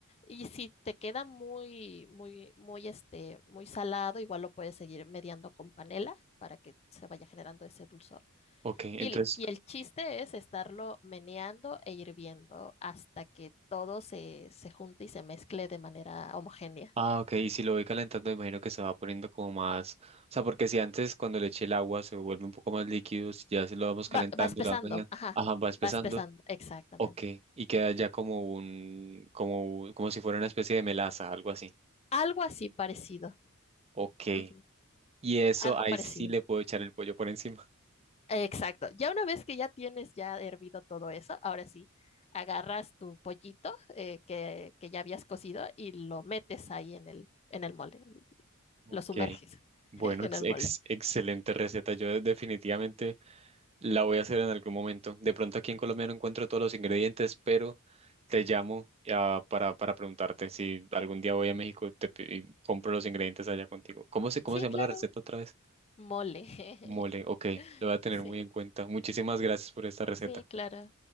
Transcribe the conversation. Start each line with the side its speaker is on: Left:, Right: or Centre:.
Left: Y si te queda muy, muy, muy, este, muy salado, igual lo puedes seguir mediando con panela para que se vaya generando ese dulzor.
Right: Ok,
Left: Y,
Right: entonces,
Left: el- y el chiste es estarlo meneando e hirviendo hasta que todo se, se junte y se mezcle de manera homogénea.
Right: ah, ok, y si lo voy calentando, imagino que se va poniendo como más, o sea, porque si antes cuando le eché el agua se vuelve un poco más líquido, si ya se lo vamos calentando
Left: Va, va empezando,
Right: y lo vamos añadiendo,
Left: ajá,
Right: ajá, va espesando,
Left: va empezando, exactamente.
Right: ok, y queda ya como un, como, un- como si fuera una especie de melaza, algo así.
Left: Algo así parecido,
Right: Ok,
Left: ujú,
Right: y eso
Left: Algo
Right: ahí
Left: parecido,
Right: sí le puedo echar el pollo por encima.
Left: exacto. Ya una vez que ya tienes ya hervido todo eso, ahora sí, agarras tu pollito eh, que, que ya habías cocido y lo metes ahí en el, en el mole,
Right: Ok.
Left: lo sumerges
Right: Bueno,
Left: <laughs> en
Right: ex-
Left: el
Right: ex-
Left: mole.
Right: excelente receta. Yo definitivamente La voy a hacer en algún momento. De pronto aquí en Colombia no encuentro todos los ingredientes, pero te llamo ah, para, para preguntarte si algún día voy a México te, pi- y compro los ingredientes allá contigo. ¿Cómo se, cómo
Left: Sí,
Right: se llama
Left: claro,
Right: la receta otra vez?
Left: mole. <laughs>
Right: Mole, ok, lo voy a tener
Left: Sí,
Right: muy en cuenta. Muchísimas gracias por esta receta.
Left: sí, claro.